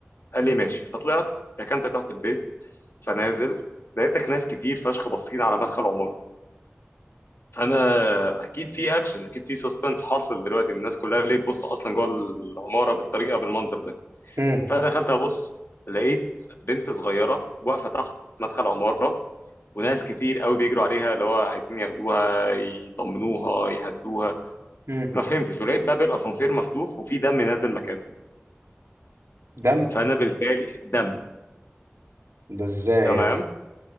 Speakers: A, on the left (about 60°); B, on the right (about 85°).
A: قال لي ماشي فطلعت ركنت تحت البيت فنازل لقيتك ناس كتير فشخ باصين على مدخل عمارة انا اكيد في اكشن اكيد في سسبنس حاصل دلوقتي الناس كلها ليه تبص اصلا جوه العماره بالطريقه بالمنظر ده
B: امم
A: فدخلت ابص لقيت بنت صغيره واقفه تحت مدخل عماره وناس كتير قوي بيجروا عليها اللي هو عايزين ياخدوها يطمنوها يهدوها
B: امم
A: ما فهمتش ولقيت باب الاسانسير مفتوح وفي دم نازل مكانه
B: دم
A: فانا بالتالي دم
B: ده ازاي
A: تمام
B: يعني